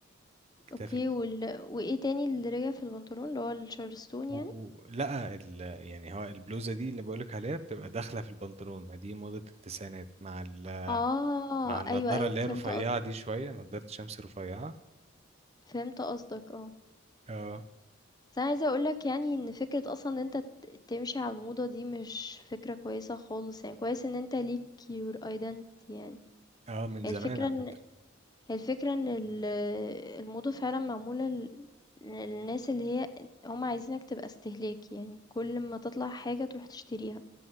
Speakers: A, on the right; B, on the left.
A: كتاف
B: أوكي
A: ال...
B: وال وإيه تاني اللي رجع في البنطلون اللي هو الشارستون
A: و...
B: يعني؟
A: و... لا ال... يعني هو البلوزة دي اللي بقولك عليها بتبقى داخلة في البنطلون ما دي موضة التسعينات مع ال...
B: آه
A: مع النضارة
B: أيوه أيوه
A: اللي
B: فهمت
A: هي رفيعة
B: قصدك
A: دي شوية نضارة شمس رفيعة
B: فهمت قصدك اه
A: اه
B: بس أنا عايزة أقولك يعني إن فكرة أصلا إن أنت ت- تمشي على الموضة دي مش فكرة كويسة خالص يعني كويس إن أنت ليك your identity يعني
A: اه من زمان
B: هي الفكرة
A: عامة
B: إن هي الفكرة إن ال- الموضة فعلا معمولة ل- للناس اللي هي هم عايزينك تبقى استهلاكي يعني كل ما تطلع حاجة تروح تشتريها